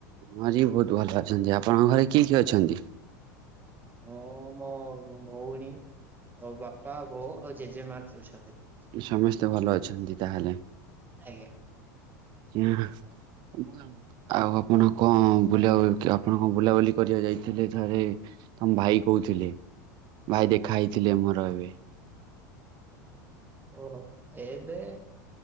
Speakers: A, on the right; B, on the right.
A: ହଁଜି ବହୁତ ଭଲ ପାଛନ୍ତି ଆପଣଙ୍କ ଘରେ କିଏ କିଏ ଅଛନ୍ତି?
B: ହଁ ମୋ ଭଉଣୀ ଓ ବାପା ବୋଉ ଆଉ ଜେଜେମା ଅଛନ୍ତି ।
A: ସମସ୍ତେ ଭଲ ଅଛନ୍ତି ତାହେଲେ
B: ଆଜ୍ଞା।
A: ଆଜ୍ଞା ଆଉ ଆପଣ କଣ ବୁ ଆପଣ କଣ ବୁଲାବୁଲି କରିବାକୁ ଯାଇଥିଲେ ଥରେ ତମ ଭାଇ କହୁଥିଲି ଭାଇ ଦେଖା ହେଇଥିଲେ ମୋର ଏବେ
B: ଓହୋ ଏବେ